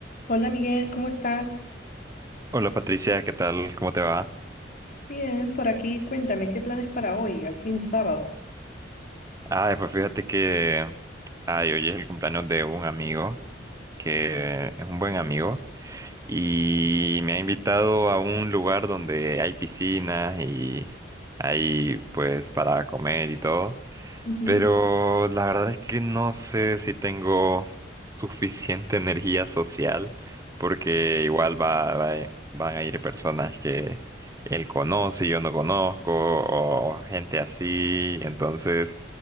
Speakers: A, on the left (about 50°); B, on the right (about 20°).
A: Hola Miguel, ¿cómo estás?
B: Hola Patricia, ¿qué tal? ¿Cómo te va?
A: Bien, por aquí. Cuéntame, ¿qué planes para hoy, al fin sábado?
B: Ay, pues fíjate que... Ay, hoy es el cumpleaños de un amigo, que es un buen amigo, y me ha invitado a un lugar donde hay piscinas y hay pues para comer y todo.
A: Ujú.
B: Pero la verdad es que no sé si tengo suficiente <laughs> energía social, porque igual va, va- eh, van a ir personas que él conoce y yo no conozco, o gente así. Entonces,